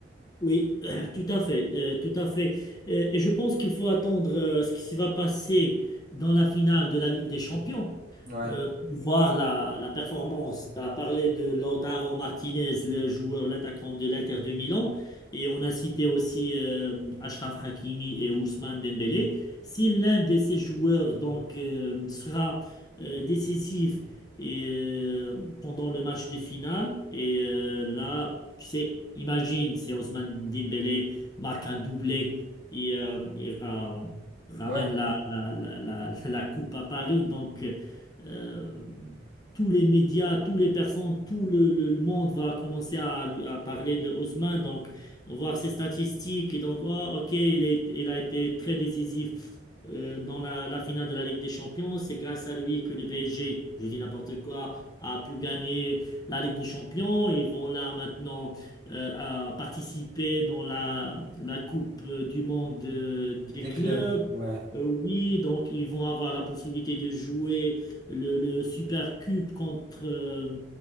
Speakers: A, on the left; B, on the right.
A: oui, euh, Tout à fait, euh, tout à fait. Euh, et je pense qu'il faut attendre euh, ce qui se va passer dans la finale de la Ligue des Champions
B: Ouais,
A: euh, pour voir la, la performance. Tu as parlé de Lautaro Martinez, le joueur, l'attaquant de l'Inter de Milan, et on a cité aussi euh, Achraf Hakimi et Ousmane Dembélé. Si l'un de ces joueurs donc euh, sera euh, décisif et, euh, pendant le match de finale. Et euh, là, tu sais, imagine, c'est Ousmane Dembélé marque un doublé et, euh, et, euh, ramène
B: ouais,
A: la, la, la, la, la coupe à Paris. Donc, euh, tous les médias, toutes les personnes, tout le, le- le monde va commencer à, lui- à parler de Ousmane. Donc, on voit ses statistiques et donc, oh, ok, il est, il a été très décisif euh, dans la, la finale de la Ligue des Champions. C'est grâce à lui que le PSG, je dis n'importe quoi, a pu gagner la Ligue des Champions. Ils vont là maintenant euh, à participer dans la, la Coupe euh, du Monde euh,
B: des
A: des clubs.
B: clubs, ouais.
A: Euh, oui, donc ils vont avoir la possibilité de jouer le, le Super Cup contre, euh,